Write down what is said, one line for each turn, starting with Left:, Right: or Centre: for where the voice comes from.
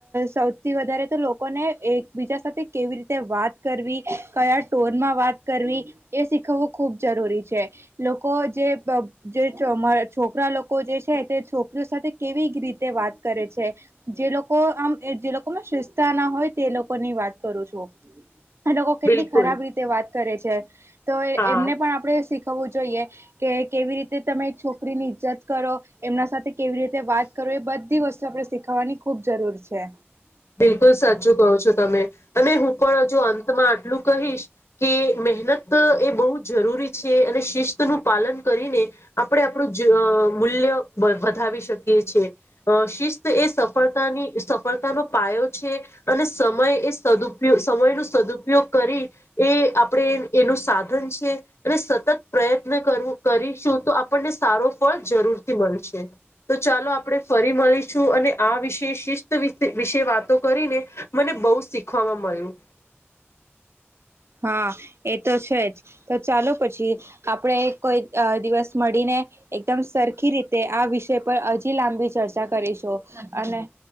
Right: સૌથી વધારે તો લોકોને એકબીજા સાથે કેવી રીતે વાત કરવી કયા ટોન માં વાત કરવી, એ શી ખૂબ જરૂરી છે લોકો જે અબ જે ચો મા છોકરા લોકો જે છે, તે છોકરીઓ સાથે કેવી રીતે વાત કરે છે, જે લોકો આમ જે લોકોમાં શિસ્તતા ના હોય તે લોકો ની વાત ક રૂ છું. લોકો કેટલી
Left: બિલકુલ
Right: ખરાબ રીતે વાત કરે છે, તો
Left: હા
Right: એમને પણ આપણે શીખવવું જોઈએ કે કેવી રીતે તમે છોકરી ની ઈજ્જત કરો, એમના સાથે કેવી રીતે વાત કરો એ બધી વસ્તુ આપણે શીખાવાની ખુબ જરૂર છે.
Left: બિલકુલ સાચું કહો છો તમે, અને હું પણ હજુ અંતમાં આટલું કહીશ કે મહેનત એ બહુ જરૂરી છે અને શિસ્તનું પાલન કરીને આપણે આપણું જ મૂલ્ય વધાવી શકીએ છીએ, શિસ્ત એ સફળતાની સફળતાનો પાયો છે અને સમય એ સદપયો સમય ન સદુપયોગ કરી એ આપણે એનું સાધન છે, અને સતત પ્રયત્ન કરવું કરીશું તો આપણને સારો ફળ જરૂરથી મળ તો ચાલો આપણેે ફરી મળીશું અને આ વિષ શિસ્ત વિશે વિશે વાતો કરીને મને બહુ શીખવામા મળ્યું.
Right: હા એ તો છે જ તો ચાલો પછી આપણેે કોઈ દિવસ મળીને અ એકદમ સરખી રીતે આ વિષય પર હજી લાંબી ચર્ચા કરીશું અને.